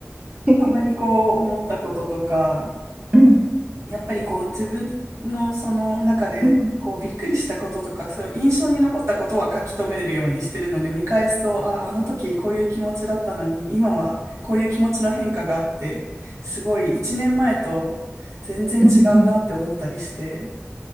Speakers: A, on the right; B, on the right.
A: <laughs>
B: たまにこう思ったこととか、
A: うん。
B: やっぱりこう自分のその中でこうびっくりしたこととか、
A: うん
B: そういう印象に残ったことは書き留めるようにしてるので、見返すと、あ、あの時こういう気持ちだったのに、今はこういう気持ちの変化があって、すごい一年前と全然違うなって思ったりして。
A: うんうん。